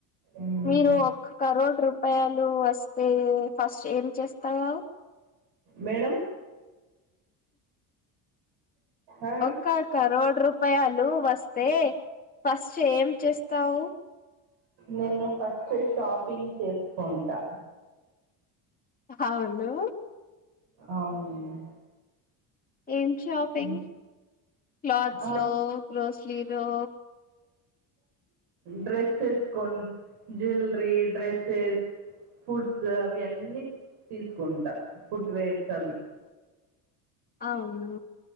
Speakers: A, on the right; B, on the left.
A: మ్మ్.
B: మీరు ఒక్క రోడ్రూ పాలు వస్తు ఫస్ట్ ఏం చేస్తావా
A: మేడం ఆ,
B: ఒక్క క రోడ్ రూపాయాల్లు వస్తే ఫస్ట్ ఏం చేస్తావు
A: నేను ఫస్ట్ షాపింగ్ చేస్కుంటా
B: అవ్ను
A: అవును
B: ఏం షాపింగ్
A: మ్మ్.
B: క్లాత్స్
A: ఆ,
B: లో గ్రోసలీలో
A: డ్రెస్సెస్ కొన్ జ్యువెల్రీ డ్రెస్సెస్ ఫుడ్స్ అవి అన్నీ తీస్కుంటా ఫుట్ వేర్స్ అవి
B: అవును